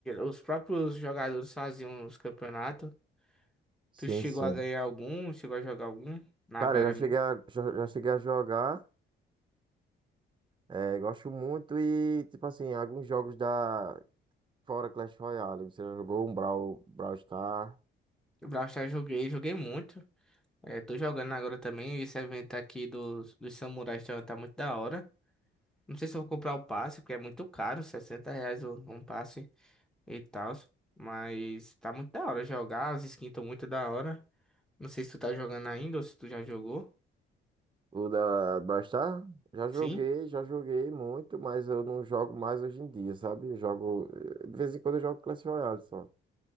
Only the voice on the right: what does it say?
Sim,
sim.
Cara,
eu já cheguei
a, já, já cheguei a jogar. É, gosto muito e, tipo assim, alguns jogos da. Fora Clash Royale. Você já jogou um Brawl, Brawl Star?
O da Brawl Star? Já joguei,
já joguei muito, mas eu não jogo mais hoje em dia, sabe? Eu jogo. De vez em quando eu jogo Clash Royale só.